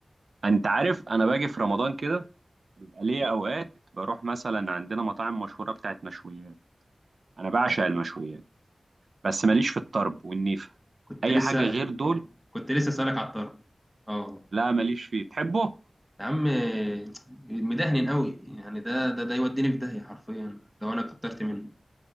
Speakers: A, on the right; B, in the centre.
A: أنت عارف أنا باجي في رمضان كده بيبقى ليا أوقات بروح مثلا عندنا مطاعم مشهورة بتاعت مشويات أنا بعشق المشويات بس ماليش في الطرب والنيفة
B: كنت
A: أي
B: لسه
A: حاجة غير دول
B: آه، كنت لسه اسألك على الطرب اه والله
A: لا ماليش فيه تحبه؟
B: يا عم مدهن قوي يعني ده ده ده يوديني في داهية حرفيا لو انا كترت منه